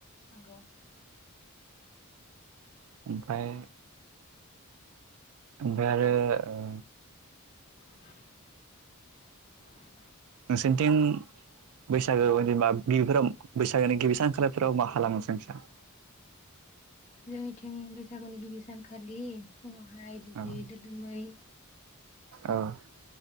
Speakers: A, on the left (about 30°); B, on the right (about 75°).
A: नंगौ
B: ओमफ्राय ओमफ्राय आरो ओ
A: <unintelligible>
B: नोंसोरनिथिं बैसागो बागै जेनबा गिबिफोराव बैसागोनि गिबि सानखालिफोराव मा खालामो नोंसोरनिथिं?
A: जोंनिथिं बैसागुनि गिबि सानखालि फुङावहाय दुगै
B: औ
A: दोलोमै
B: औ